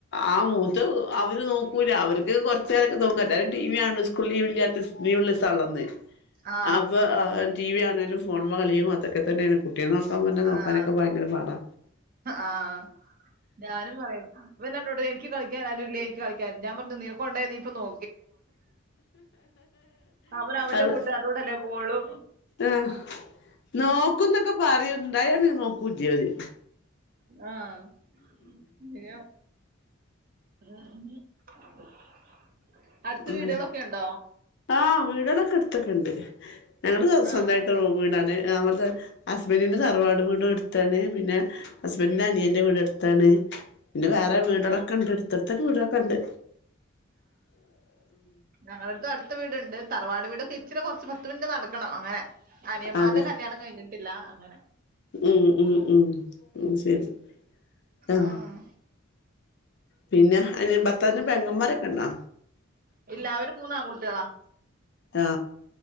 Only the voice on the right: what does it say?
ആ
ആഹ്
ആഹ് ഞാനും പറയും <unintelligible> എനിക്ക് കളിക്കാൻ ആരുല്ലേ <unintelligible> ഞാൻ പറഞ്ഞു നീക്കൊണ്ടോയാ നീപ്പൊ നോ അവൻ അവന്റെ
കൂട്ടുകാരോടല്ലേ പോളൂ
ആഹ് <unintelligible> <unintelligible> അടുത്ത്
വീടുകളൊക്കെ ഉണ്ടോ
ആഹ്
ആഹ്
ഞങ്ങൾത് അട്ത്ത് വീട്ണ്ട് ത റവാട് വീടൊക്കെ ഇച്ചെരെ കൊർച്ച് പത്ത് മിനിറ്റ് നട്ക്ക്ണം അങ്ങനെ അനിയമ്മാരുടെ
കല്യാണം കയ്ഞ്ഞ് ട്ട്ല്ല അങ്ങനെ
ആഹ്
ഇല്ല അവര് മൂന്നാങ്കുട്ട്യാളാ